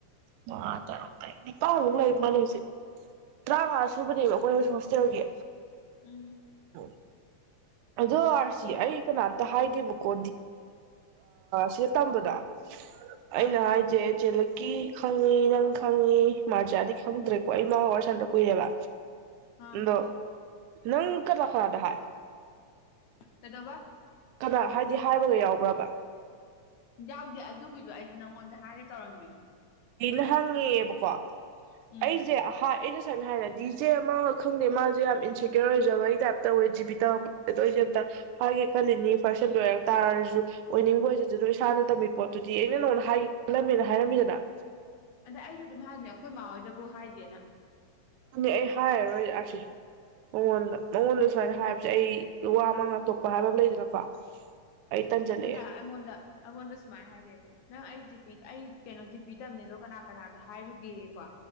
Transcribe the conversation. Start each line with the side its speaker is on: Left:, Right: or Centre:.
Right: ꯃꯉꯥ ꯇꯔꯨꯛ ꯇꯔꯦꯛ ꯅꯤꯄꯥꯟꯃꯨꯛ ꯂꯩ ꯃꯥꯜꯂꯦ ꯇꯔꯥꯃꯉꯥ ꯁꯨꯕꯅꯦꯕ ꯑꯩꯈꯣꯏ ꯍꯧꯖꯤꯛ ꯍꯣꯁꯇꯦꯜꯒꯤ
Left: ꯎꯝ
Right: ꯑ ꯑꯗꯣ ꯑꯥꯔꯁꯤ
Left: ꯑꯣ
Right: ꯑꯩ ꯀꯅꯥꯅ ꯍꯥꯏꯗꯦꯕꯀꯣ ꯁꯤꯗ ꯇꯝꯕꯗꯣ ꯑꯩꯅ
Left: ꯑꯥ
Right: ꯍꯥꯏꯁꯦ ꯀ ꯈꯪꯉꯤ ꯅꯪ ꯈꯪꯉꯤ ꯃꯥꯖꯥꯗꯤ ꯈꯪꯗ꯭ꯔꯦꯀꯣ ꯑꯩ ꯃꯥꯒ ꯋꯥꯔꯤ ꯁꯥꯅꯟꯗ ꯀꯨꯏꯔꯦꯕ
Left: ꯑꯥ
Right: ꯑꯗꯣ ꯅꯪ ꯀꯂꯥꯀꯥꯔꯗ ꯍꯥꯏ
Left: ꯀꯩꯗꯧꯕ
Right: ꯀꯅꯥ ꯍꯥꯏꯗꯤ ꯍꯥꯏꯕꯒ ꯌꯥꯎꯕ꯭ꯔꯕ
Left: ꯌꯥꯎꯗꯦ ꯑꯗꯨꯒꯤꯁꯨ ꯑꯩꯁꯨ ꯅꯪꯉꯣꯟꯗ ꯍꯥꯏꯒꯦ ꯇꯧꯔꯝꯃꯤ
Right: ꯑꯗꯨꯅ ꯍꯪꯉꯦꯕꯀꯣ
Left: ꯎꯝ
Right: ꯑꯩꯁꯦ ꯍꯥ ꯑꯩ ꯁꯅ ꯍꯥꯏꯔꯗꯤ ꯏꯖꯦ ꯑꯃ ꯈꯪꯗꯦ ꯃꯥꯁꯦ ꯌꯥꯝ ꯏꯟꯁꯦꯀ꯭ꯌꯣꯔ ꯑꯣꯏꯖꯕꯒꯤ ꯇꯥꯏꯞ ꯇꯧꯋꯦ ꯖꯤꯕꯤ ꯇꯧꯔꯛꯄ ꯑꯗꯣ ꯑꯩꯁꯦ ꯑꯝꯇ ꯍꯥꯏꯒꯦ ꯈꯜꯂꯤꯅꯤ ꯐꯪꯁꯟ ꯂꯣꯏꯔꯛ ꯇꯥꯔꯁꯨ ꯑꯣꯏꯅꯤꯡꯕ ꯑꯣꯏꯁ ꯑꯗꯨ ꯏꯁꯥꯅ ꯇꯝꯃꯤ ꯄꯣꯠꯇꯨꯗꯤ ꯑꯩꯅ ꯅꯉꯣꯅ ꯍꯥꯏꯒꯦ ꯈꯜꯂꯝꯃꯤꯅ ꯍꯥꯏꯔꯝꯃꯤꯗꯅ
Left: ꯎꯝ ꯑꯗ ꯑꯩꯁꯨ ꯑꯗꯨꯝ ꯍꯥꯏꯅꯦ ꯑꯩꯈꯣꯏ ꯏꯃꯥ ꯍꯣꯏꯗꯕꯨ ꯍꯥꯏꯗꯦꯅ
Right: ꯑꯩ ꯍꯥꯏꯔꯔꯣꯏ ꯑꯥꯔꯁꯤ ꯃꯉꯣꯟꯗ ꯃꯉꯣꯟꯗ ꯁꯨꯃꯥꯏꯅ ꯍꯥꯏꯕꯁꯦ ꯑꯩ ꯋꯥ ꯑꯃꯥꯡ ꯑꯇꯣꯞꯄ ꯍꯥꯏꯕ ꯑꯃ ꯂꯩꯗꯅꯀꯣ ꯑꯩ ꯇꯟꯖꯜꯂꯛꯑꯦ
Left: ꯑꯟ ꯑꯩꯉꯣꯟꯗ ꯑꯩꯉꯣꯟꯗ ꯁꯨꯃꯥꯏꯅ ꯍꯥꯏꯔꯦ ꯅꯪ ꯑꯩ ꯖꯤꯄꯤ ꯑꯩ ꯀꯩꯅꯣ ꯖꯤꯄꯤ ꯇꯝꯅꯦ ꯑꯗꯣ ꯀꯅꯥ ꯀꯅꯥꯗ ꯍꯥꯏꯔꯨꯒꯦ ꯀꯣ